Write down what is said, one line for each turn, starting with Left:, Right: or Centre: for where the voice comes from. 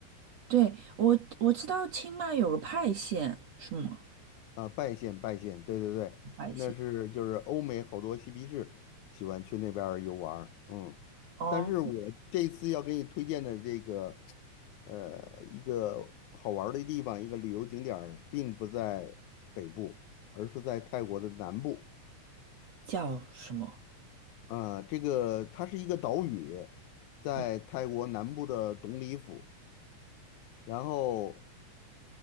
Right: 对，我我知道清迈有个派县，是吗？
Left: 啊，拜县拜县，对对对，
Right: 快一些，
Left: 那是就是欧美好多嬉皮士喜欢去那边儿游玩儿，嗯，
Right: 哦，
Left: 但是我这次要给你推荐的这个呃一个好玩儿的地方，一个旅游景点儿并不在北部，而是在泰国的南部。
Right: 叫什么？
Left: 啊，这个它是一个岛屿，在泰国南部的董里府，
Right: 嗯，
Left: 然后